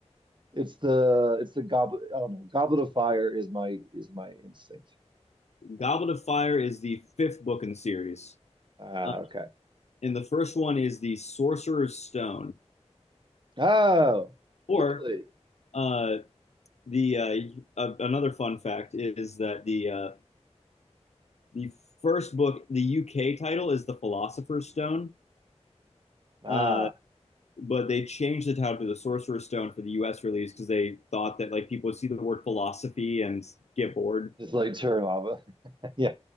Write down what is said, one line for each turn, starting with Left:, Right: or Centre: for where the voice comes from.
Right: it's the it's the goblet. I don't know. Goblet of Fire is my is my instinct.
Left: goblet of fire is the fifth book in the series
Right: Ah,
Left: uh,
Right: okay.
Left: and the first one is the sorcerer's stone
Right: Oh,
Left: or
Right: really?
Left: uh, the uh, uh, another fun fact is that the uh, the first book the uk title is the philosopher's stone
Right: Ah,
Left: Uh, but they changed the title to the Sorcerer's Stone for the U.S. release because they thought that like people would see the word philosophy and get bored.
Right: just like turn off. <laughs> Yeah,